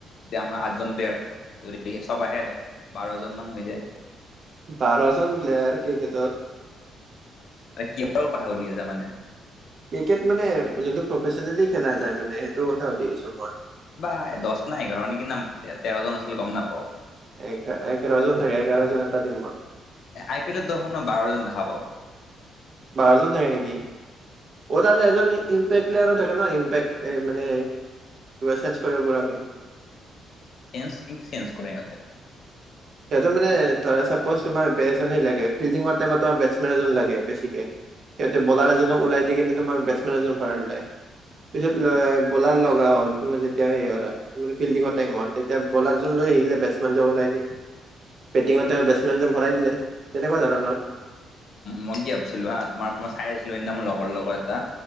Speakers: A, on the left; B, on the right.
A: যেতিয়া আমাৰ আঠজন প্লেয়াৰ যদি চব আহে বাৰজনমান হৈ যায়।
B: বাৰ জন প্লেয়াৰ ক্ৰিকেটত,
A: কিহৰ কথা সুধি আছা মানে।
B: ক্ৰিকেট মানে যোনটো প্ৰফেচনেলি খেলা যায় মানে সেইটোৰ কথা সুধি দিছো মই।
A: বা দহ না এঘাৰ নেকি না তেৰজন আছিল গম নাপাও।
B: এ এঘাৰজন থাকে এঘাৰজন এটা টিমত।
A: এ আই পি এলত দহখনৰ বাৰজন দেখা পাওঁ।
B: বাৰজন থাকে নেকি। অ তাদ এজন ইম্পেক্ট প্লেয়াৰো থাকে ন ইম্পেক্ট মানে চেঞ্জ কৰিব পৰাকে।
A: চেঞ্জ কি চেঞ্জ কৰে সিহঁতে।
B: সিহতে মানে ধৰা চাপওজ বেছ লাগে ফিল্ডিঙৰটাইমতাৰ বেটেন এজন লাগে বেছিকে। সিহঁতে বলাৰ এজনক ওলাই দি কিনে তোমাৰ বেটছমেন এজন ভৰা়ই ল'লে। পিছত বলাৰ লগা হ'ল তুমাৰ যেতিয়া সে। মানে ফিল্ডিঙৰ টাইম হ'ল তেতিয়া বলাৰ লৈ আহিলে বেটছমেন ওলাই দি। বেটিঙত তেওঁ বেটছমেনজন ভৰাই দিলে তেনেকুৱা ধৰণৰ।
A: মই কি ভাবিছিলো হা তোমাৰ মই চাই আছিলো সেইদিনা মোৰ লগৰ লগত এটা।